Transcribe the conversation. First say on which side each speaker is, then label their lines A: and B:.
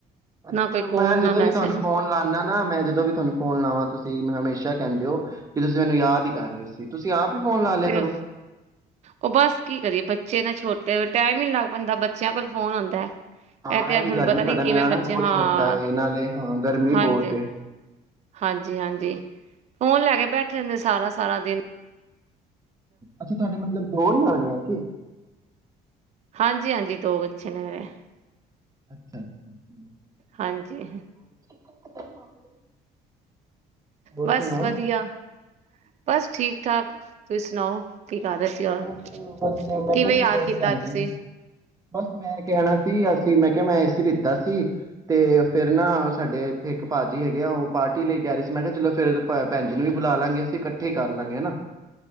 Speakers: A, on the right (about 20°); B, on the right (about 40°).
A: ਅੱਛਾ,
B: ਨਾ ਕੋਈ ਕੋਲ
A: ਮੈਂ ਜਦੋਂ
B: ਨਾ
A: ਵੀ
B: ਮੈਸੇਜ
A: ਤੁਹਾਨੂੰ ਫੋਨ ਲਾਨਾ ਨਾ, ਮੈਂ ਜਦੋਂ ਵੀ ਤੁਹਾਨੂੰ ਫੋਨ ਲਾਵਾਂ ਤੁਸੀਂ ਤੇ ਮੈਂ ਹਮੇਸ਼ਾ ਕਹਿੰਦੇ ਓ, ਕਿ ਤੁਸੀਂ ਮੈਨੂੰ ਯਾਦ ਈ ਕਰ ਰਹੇ ਸੀ। ਤੁਸੀਂ ਆਪ ਹੀ ਫੋਨ ਲਾ ਲਿਆ
B: ਤੇ
A: ਕਰੋ
B: ਉਹ ਬਸ ਕੀ ਕਰੀਏ ਬੱਚੇ ਨਾ ਛੋਟ ਤੇ ਟਾਈਮ ਈ ਨੀ ਲੱਗ ਪੋਂਦਾ, ਬੱਚਿਆਂ ਕੋਲ ਫੋਨ ਹੁੰਦੈ।
A: ਹਾਂ
B: ਇਹ ਤੇ
A: ਵੀ
B: ਥੋਨੂੰ
A: ਗੱਲ
B: ਪਤਾ
A: ਹੈ ਨਾ
B: ਨੀ
A: ਤੁਹਾਡਾ ਨਿਆਣਾ
B: ਕਿਵੇਂ ਬੱਚੇ
A: ਬਹੁਤ
B: ਹਾਂ,
A: ਛੋਟਾ ਏ ਨਾਲੇ ਹਾਂ ਗਰਮੀ
B: ਹਾਂਜੀ।
A: ਬਹੁਤ ਏ
B: ਹਾਂਜੀ ਹਾਂਜੀ। ਫੋਨ ਲੈ ਕੇ ਬੈਠੇ ਰਹਿੰਦੇ ਨੇ ਸਾਰਾ ਸਾਰਾ ਦਿਨ
A: ਅੱਛਾ ਤੁਹਾਡੇ ਮਤਲਬ ਦੋ ਨਿਆਣੇ ਹੁਂ
B: ਹਾਂਜੀ-ਹਾਂਜੀ ਦੋ ਬੱਚੇ ਨੇ ਮੇਰੇ
A: <inaudible>
B: ਹਾਂਜੀ
A: <inaudible> ਹੋਰ
B: ਬਸ
A: ਸੁਣਾਓ
B: ਵਧੀਆ ਬਸ ਠੀਕ-ਠਾਕ ਤੁਸੀਂ ਸੁਣਾਓ
A: <unintelligible>
B: ਕੀ ਕਰ ਰਹੇ ਸੀ ਔਰ ਕਿਵੇਂ ਯਾਦ ਕੀਤਾ ਅੱਜ ਤੁਸੀਂ
A: ਬਸ ਮੈਂ ਕਹਿਣਾ ਸੀ ਅਸੀਂ ਮੈਂ ਕਿਹਾ ਮੈਂ ਏਸੀ ਲਿੱਤਾ ਸੀ ਤੇ ਫਿਰ ਨਾ ਸਾਡੇ ਇੱਥੇ ਇੱਕ ਭਾਜੀ ਹੈਗੇ ਆ ਉਹ ਪਾਰਟੀ ਲਈ ਕਹਿ ਰਹੇ ਸੀ ਮੈਂ ਕਿਹਾ ਚਲੋ ਫਿਰ ਭੈਣਜੀ ਨੂੰ ਵੀ ਬੁਲਾ ਲਾਂਗੇ ਅਸੀਂ ਇਕੱਠੇ ਕਰ ਲਾਂਗੇ ਹੈਨਾ।